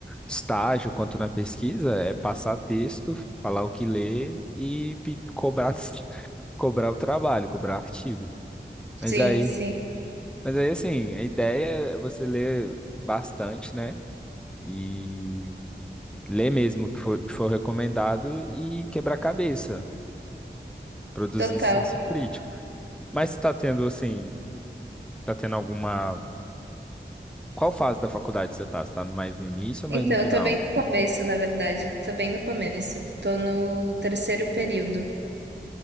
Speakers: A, in the centre; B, on the right.
A: estágio quanto na pesquisa, é passar texto, falar o que ler e pe- cobrar, <laughs> cobrar o trabalho, cobrar artigo. Mas
B: Sim,
A: aí,
B: sim.
A: mas aí, assim, a ideia é você ler bastante, né? E ler mesmo o que for, que for recomendado e quebrar cabeça. Produzir
B: Total.
A: senso crítico. Mas você tá tendo, assim, tá tendo alguma. Qual fase da faculdade você tá? Você tá mais no início ou
B: Então,
A: mais no final?
B: eu tô bem no começo, na verdade. Tô bem no começo. Tô no terceiro período.